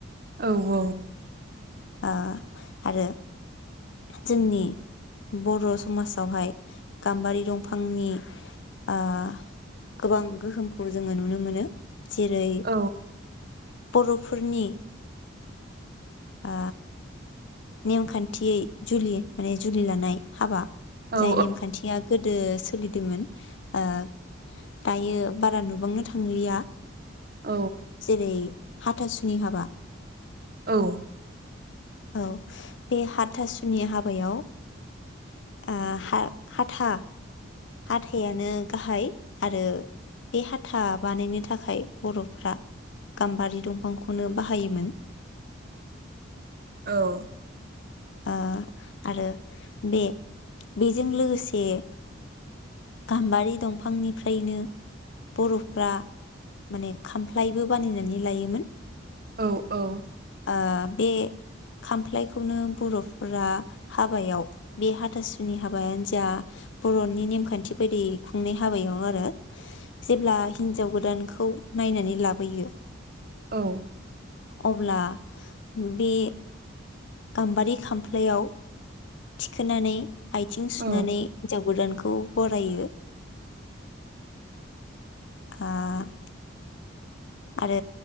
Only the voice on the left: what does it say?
ओ आरो जोंनि बर' समाजावहाय गाम्बारि दंफांनि ओ गोबां गोहोमखौ जोङो नुनो मोनो। जेरै
बर'फोरनि आ नेमखान्थियै जुलि माने जुलि लानाय हाबा
जाय नेमखान्थिया गोदो सोलिदोंमोन ओ दायो बारा नुबांनो थांलिया।
जेरै हाथासुनि हाबा।
औ बे हाथासुनि हाबायाव ओ हा-हाथा हाथायानो गाहाय आरो बे हाथा बानायनो थाखाय बर'फोरा गाम्बारि दंफांखौनो बाहायोमोन।
ओ आरो बे-बेजों लोगोसे गाम्बारि दंफांनिफ्रायनो बर'फ्रा माने खामफ्लायबो बानायनानै लायोमोन।
ओ बे खामफ्लायखौनो बर'फोरा हाबायाव बे हाथासुनि हाबायानो जा बर'नि नेमखान्थि बायदि खुंनाय हाबायाव आरो जेब्ला हिन्जाव गोदानखौ नायनानै लाबोयो
अब्ला बे गाम्बारि खामफ्लायाव थिखोनानै आथिं सुनानै
हिन्जाव गोदानखौ बरायो। आह आरो